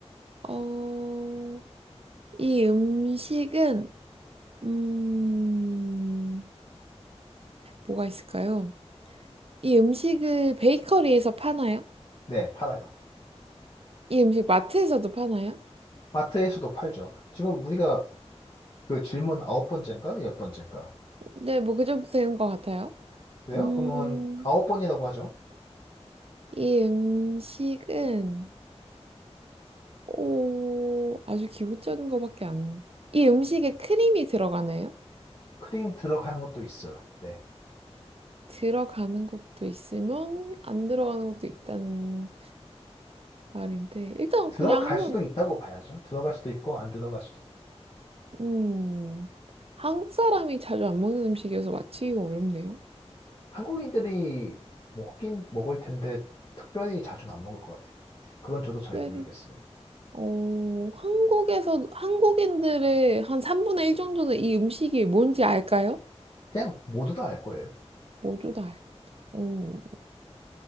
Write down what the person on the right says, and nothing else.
어, 이 음식은, 음, 뭐가 있을까요? 이 음식을 베이커리에서 파나요?
이 음식 마트에서도 파나요?
네, 뭐 그 정도 되는 것 같아요.
음,
이 음식은 오, 아주 기본적인 것밖에 안. 이 음식에 크림이 들어가나요?
들어가는 것도 있으면 안 들어가는 것도 있다는 말인데 일단
그냥 한번
음, 한국 사람이 자주 안 먹는 음식이어서 맞히기가 어렵네요.
특별히
어, 한국에서 한국인들의 한 3분의 1 정도는 이 음식이 뭔지 알까요?
모두 다 할까 봐. 음,